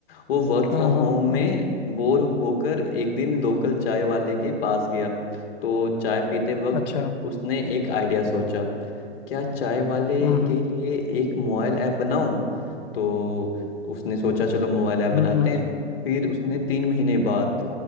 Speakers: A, on the left (about 55°); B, on the left (about 40°).
A: वो वर्क फ्रॉम
B: हाँ हाँ
A: होम
B: हाँ
A: में बोर होकर एक दिन लोकल चाय वाले के पास गया तो चाय पीते वक्त
B: अच्छा
A: उसने एक आइडिया सोचा क्या चाय वाले
B: हम्म
A: के लिए एक मोबाइल ऐप बनाऊं तो उसने सोचा चलो मोबाइल ऐप
B: हम्म
A: बनाते
B: हम्म
A: हैं फिर उसने तीन महीने बाद